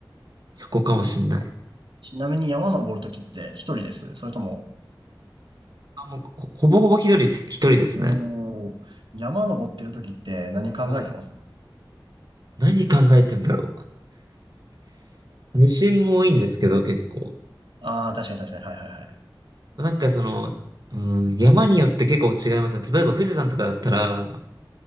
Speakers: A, on the right; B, on the right.
A: そこかもしんない。
B: え、ちなみに山登るときって一人ですそれとも、
A: あ、もう、ほほぼほぼ一人です、一人ですね。
B: おー、山登ってる時って何考えてます
A: はい。何考えてんだろう。無心も多いんですけど、結構。
B: ああー、確かに確かに。はいはいはい。
A: なんかその、うん、山によって結構違いますね。例えば富士山とかだったら、